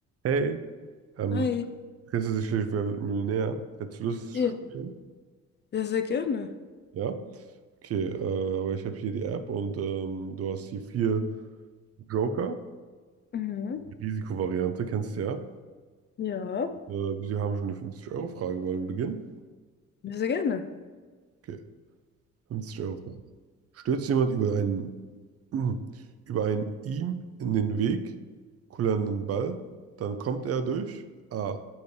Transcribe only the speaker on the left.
Hi.
Ja.
Ja, sehr gerne.
Mhm.
Ja,
ja, sehr gerne.